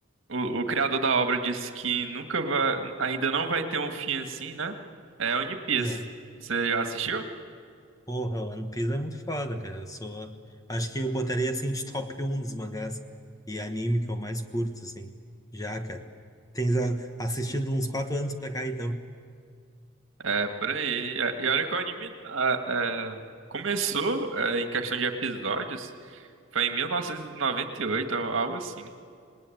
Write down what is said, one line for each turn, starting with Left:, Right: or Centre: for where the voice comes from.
Right: o, o criador da obra disse que nunca vai, ainda não vai ter um fim assim, né? É One Piece.
Left: É.
Right: Você já assistiu?
Left: Porra, One Piece é muito foda, cara. Eu sou. Acho que eu botaria assim de top um dos mangás e anime que eu mais curto, assim. Já, cara. Tens a- assistido uns 4 anos pra cá, então.
Right: É, por aí. E e olha que o anime ah, é, começou é, em questão de episódios, foi em 1998, al- algo assim.